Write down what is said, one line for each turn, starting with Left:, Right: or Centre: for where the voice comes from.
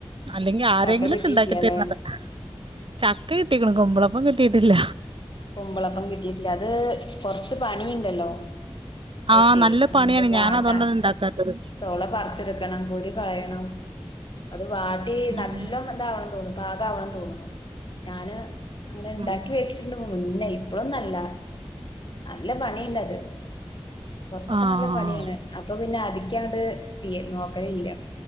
Right: അല്ലെങ്കി ആരെങ്കിലുംക്കെ
Left: ചക്ക കിട്ടിയിട്ടില്ലല്ലെ
Right: ഉണ്ടാക്കി തരുന്നത ചക്ക കിട്ടിക്ക്ണു കുമ്പളപ്പം കിട്ടിയിട്ടില്ല
Left: കുമ്പളപ്പം കിട്ടിയിട്ടില്ല അത് കൊറച്ച് പണിയുണ്ടല്ലോ അത്
Right: ആഹ്
Left: ചെയ്യ്
Right: നല്ല
Left: എന്നിട്ട്
Right: പണിയാണ്
Left: വാട്ടാ
Right: ഞാൻ അതുകൊണ്ടാണ് ഉണ്ടാക്കാത്തത്
Left: ചൊള പറിച്ചെടുക്കണം കുരു കളയണം അത് വാട്ടി
Right: ആഹ്
Left: നല്ലോ എന്താവണം തോൽപാകണം തോന്നണു ഞാന് അങ്ങനെ ഇണ്ടാക്കി
Right: ഉം
Left: വെച്ചി മുന്നേ ഇപ്പഴൊന്നല്ല നല്ല പണിയുണ്ട് അത് കൊറച്ചൊക്കെ
Right: ആഹ്
Left: നല്ല പണിയാണ് അപ്പൊ പിന്നെ അധികം അങ്ങട്ട് ചെയ്യ നോക്കലില്ല